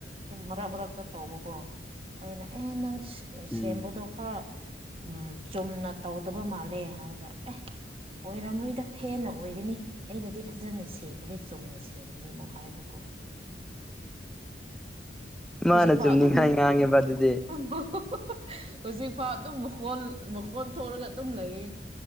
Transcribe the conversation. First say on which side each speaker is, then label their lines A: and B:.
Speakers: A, on the right (about 30°); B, in the centre.
A: ꯒꯨꯝꯕ ꯃꯔꯥꯛ ꯃꯔꯥꯛꯇ ꯇꯧꯕꯀꯣ ꯑꯩꯅ ꯑꯦ ꯅꯪ
B: ꯎꯝ
A: ꯁꯦꯝꯕꯗꯣ ꯈꯔꯥ ꯎꯃ ꯆꯨꯝꯅ ꯇꯧꯗꯥꯕ ꯃꯥꯜꯂꯦ ꯍꯥꯏꯔꯒ ꯑꯦ ꯑꯣꯏꯔꯝꯔꯣꯏꯗ ꯐꯦꯟꯅ ꯑꯣꯏꯒꯅꯤ ꯑꯩꯅꯗꯤ ꯐꯖꯅ ꯁꯦꯝꯕꯅꯤ ꯆꯨꯝꯅ ꯁꯦꯝꯕꯅꯤ ꯃꯨꯛ ꯍꯥꯏꯕꯀꯣ
B: ꯃꯥꯅ
A: ꯍꯧꯖꯤꯛ ꯐꯥꯎ
B: ꯆꯨꯝꯅꯤꯡꯉꯥꯏ
A: ꯑꯗꯨꯝ
B: ꯉꯥꯡꯉꯦꯕ ꯑꯗꯨꯗꯤ
A: ꯐꯪꯕꯣ ꯍꯧꯖꯤꯛꯐꯥꯎ ꯑꯗꯨꯝ ꯃꯈꯣꯜ ꯃꯈꯣꯟ ꯊꯣꯛꯔꯥꯒ ꯑꯗꯨꯝ ꯂꯩꯌꯦ